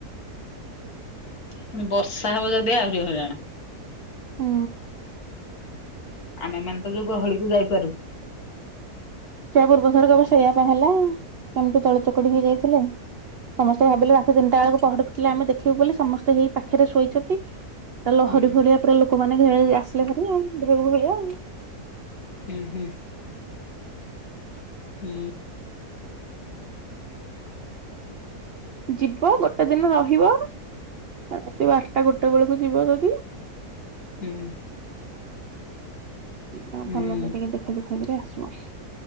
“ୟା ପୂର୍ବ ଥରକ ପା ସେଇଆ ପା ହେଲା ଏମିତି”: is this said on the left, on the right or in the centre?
Right